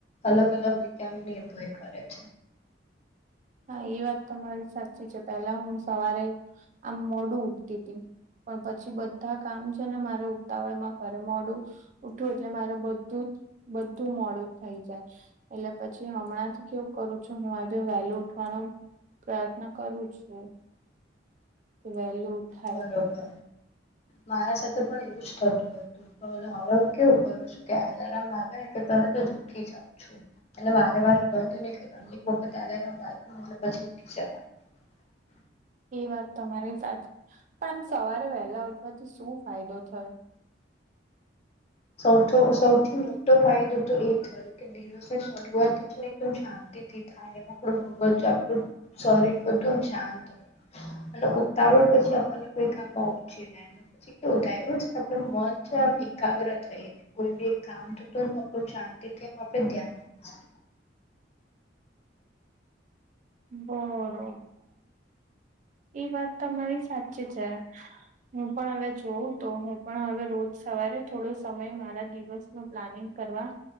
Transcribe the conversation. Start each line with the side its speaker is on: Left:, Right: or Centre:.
Left: અલગ અલગ રીતે આમ નિર્ભય કરે છે.
Right: હા એ વાત તમારી સાચી છે પેલા હું સવારે આમ મોડું ઉઠતી હતી પણ પછી બધા કામ છે ને મારે ઉતાવળમાં કરવું મોડું ઉઠવું એટલે મારે બધું જ બધું મોડું જ થઈ જાય એટલે પછી હમણાં થી કેવું કરું છું હું બી વેલુ વાનો પ્રયત્ન કરું છું. વહેલું ઉઠાય
Left: બરોબર મારા સાથે પણ એવું જ થતું હતું હવે હું કેવું કરું છું કે એલાર્મ વાગેને એટલે તરત જ ઊઠી જાઉં છું. એટલે વારે વારે બંધ નહી કરવાનું એક વખત એલાર્મ વાગે એટલે પછી ઊઠી જવાનું <inaudible>
Right: એ વાત તમારી સાચી પણ આમ સવારે વહેલા ઉઠવાથી શું ફાયદો થયો
Left: સૌથી સૌથી મોટો ફાયદો તો એ થયો કે જે શરૂઆત છે એકદમ શાંતિથી થાય એમ આપણું મગજ આપણું સોરી બધું એમ શાંત હોય અને ઉતાવળ પછી આપણને કોઈ કામમાં ઓછી રહે પછી. કંઇ થાયું છે આપણું મન છે આમ એકાગ્ર થઈ રહે કોઈ બી એક કામ થતો આપણું શાંતીથી એમ આપણે ધ્યાન આપી
Right: બરોબર એ વાત તમારી સાચી છે. હું પણ હવે જોઉં તો હું પણ હવે રોજ સવારે થોડો સમય મારા દિવસ નું પ્લાનિંગ કરવા